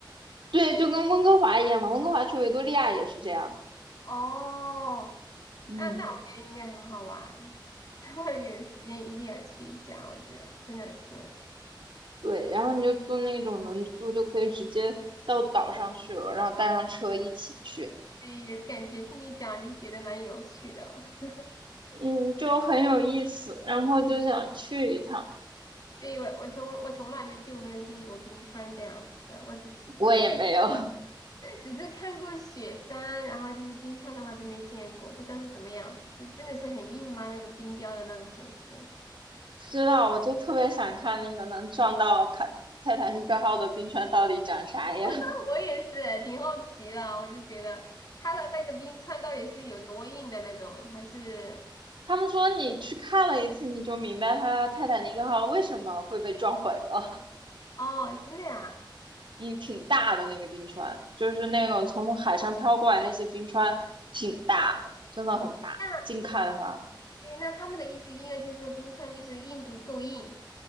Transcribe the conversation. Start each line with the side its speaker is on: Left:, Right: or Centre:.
Right: 对，就跟温哥华一样嘛，温哥华去维多利亚也是这样的。
Left: 哦，
Right: 嗯，
Left: 那那我觉得应该很好玩，<laughs> 我有时间一定要去一下，我觉得真的是。
Right: 对，然后你就坐那种轮渡，就可以直接到岛上去了，然后带上车一起去，
Left: 对，也感觉听你讲就觉得蛮有趣的。<laughs>
Right: 嗯，就很有意思。然后就想去一趟，
Left: 对，我我从我从来没就没有见过冰川这样子的，我只是之前
Right: 我也没有 <laughs> 不
Left: 只是看过雪山，然后就是冰川的话就没见过，不知道是什么样子，是真的是很硬吗？那个冰雕的那种形式，
Right: 知道，我就特别想看那个能撞到泰泰坦尼克号的冰川到底长啥样。<laughs>
Left: <laughs> 我也是挺好奇的，我就觉得它的那个冰川到底是有多硬的那种，还是
Right: 他们说你去看了一次，你就明白它泰坦尼克号为什么会被撞毁了。
Left: 哦，真的呀？
Right: 嗯，挺大的那个冰川，就是那种从海上飘过来那些冰川，挺大的，真的很大。
Left: 那
Right: 近看的话，
Left: 对，那他们的意思应该就是说冰川就是硬度够硬，